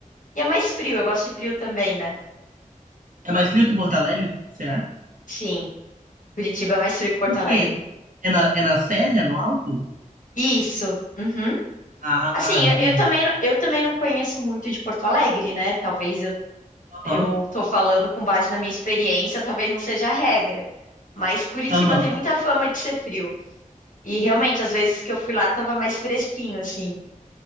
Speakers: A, on the left; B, on the right.
A: E é mais frio, eu gosto de frio também, né?
B: É mais frio que Porto Alegre? Será?
A: Sim, Curitiba é mais frio que Porto
B: Por
A: Alegre.
B: quê? É na, é na serra? É no alto?
A: Isso. uhum.
B: Ah,
A: Assim,
B: entendi.
A: eu, eu também, não- eu também não conheço muito de Porto Alegre, né? Talvez eu,
B: Aham,
A: eu tô falando com base na minha experiência, talvez não seja a regra. Mas Curitiba
B: aham.
A: tem muita fama de ser frio. E realmente, às vezes que eu fui lá, tava mais fresquinho, assim.